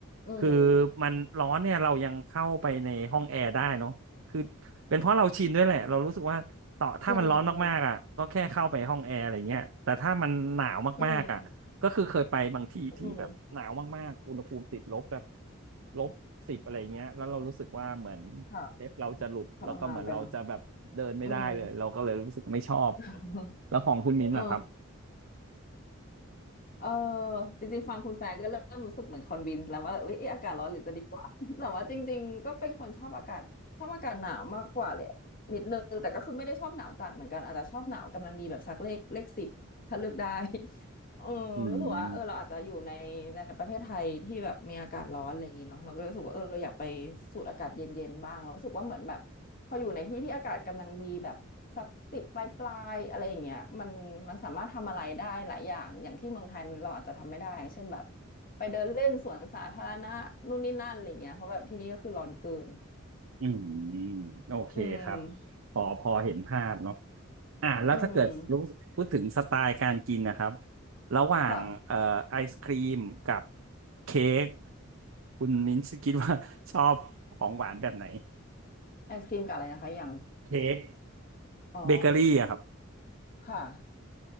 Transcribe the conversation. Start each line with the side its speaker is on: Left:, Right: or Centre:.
Left: อืม
Right: คือมันร้อนเนี่ยเรายังเข้าไปในห้องแอร์ได้เนาะคือเป็นเพราะเราชินด้วยแหละเรารู้สึกว่าต่อถ้ามันร้อนมากๆอ่ะก็แค่เข้าไปห้องแอร์อะไรเงี้ยแต่ถ้ามันหนาวมากๆอ่ะ
Left: อืมอืมอืม
Right: ก็คือเคยไปบางที่ที่แบบหนาวมากๆอุณหภูมิติดลบแบบ
Left: อืม
Right: ลบสิบอะไรเงี้ยแล้วเรารู้สึกว่าเหมือน
Left: ค่ะ
Right: เล็บเราจะหลุดแล้วก็เหมือนเราจะแบบเดินไม่ได้เลยเราก็เลยรู้สึกไม่ชอบ
Left: ทรมานไปเนาะอืม <laughs>
Right: แล้วของคุณมิ้นท์ล่ะครับ
Left: เออเออจริงๆ ฟังคุณแฟร์ก็เริ่มรู้สึกเหมือนคอนวินแล้วว่าเอ้ยเอ๊ะอากาศร้อนหรือจะดีกว่า <laughs> แต่ว่าจริงๆ ก็เป็นคนชอบอากาศชอบอากาศหนาวมากกว่าเลยนิดนึงแต่ก็คือไม่ได้ชอบหนาวจัดเหมือนกัน อาจจะชอบหนาวกำลังดีแบบสักเลขเลขสิบถ้าเลือกได้ <laughs> เออรู้สึกว่าเออเราอาจจะอยู่ในในประเทศไทยที่แบบมีอากาศร้อนอะไรอย่างงี้เนาะเราก็รู้สึกว่าเออเราอยากไป
Right: <laughs> อืม
Left: สูดอากาศเย็นๆบ้างเรารู้สึกว่าเหมือนแบบ พออยู่ในที่ที่อากาศกำลังดีแบบสักสิบปลายปลายอะไรอย่างเงี้ยมันมันสามารถทำอะไรได้หลายอย่างอย่างที่เมืองไทยมันเราอาจจะทำไม่ได้เช่นแบบไปเดินเล่นสวนสาธารณะนู่นนี่นั่นอะไรเงี้ยเพราะแบบที่นี่ก็คือร้อนเกิน
Right: อืมโอเคครับ
Left: อืม
Right: พอพอเห็นภาพเนาะอ่ะแล้วถ้าเกิดรู้พูดถึงสไตล์การกินนะครับ
Left: อืม
Right: ระหว่างเอ่อไอศครีมกับ
Left: ค่ะ
Right: เค้กคุณมิ้นท์คิดว่า <laughs> ชอบของหวานแบบไหน
Left: ไอศครีมกับอะไรนะคะอย่าง
Right: เค้ก
Left: อ๋อ
Right: เบเกอรี่อะครับ
Left: ค่ะ